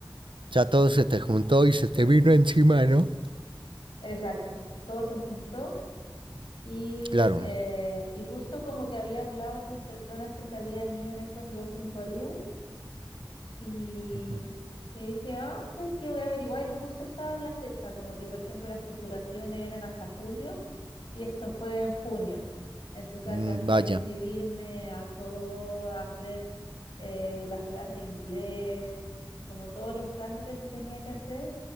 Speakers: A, on the right (about 85°); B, on the left (about 85°).
A: Ya todo se te juntó y se te vino encima, ¿no?
B: Exacto, todo se juntó y,
A: Claro.
B: eh, y justo como que había hablado con personas que se habían ido en estas Working Holidays. Y,
A: Ujú.
B: y dije, ah, ¿sabes qué? Voy a averiguar. Y justo estaba en la fecha, como que, por ejemplo, las postulaciones eran hasta julio y esto fue en junio. Entonces
A: Mm,
B: alcancé
A: Vaya,
B: a inscribirme a todo, a hacer eh, las pruebas de inglés, como todos los trámites que tenía que hacer.